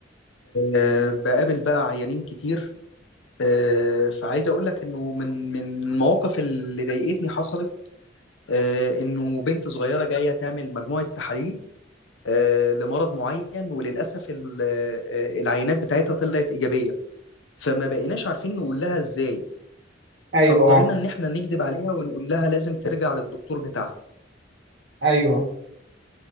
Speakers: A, on the left (about 80°); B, on the right (about 70°).
A: آه، بقابل بقى عيانين كتير آه، فعايز أقول لك إنه من من المواقف اللي ضايقتني حصلت آه، إنه بنت صغيرة جاية تعمل مجموعة تحاليل آه، لمرض معين وللأسف ال- آه، العينات بتاعتها طلعت إيجابية فما بقيناش عارفين نقول لها إزاي
B: أيوه
A: فاضطرينا
B: آه،
A: إن إحنا نكذب عليها ونقول لها لازم ترجع للدكتور بتاعها
B: أيوه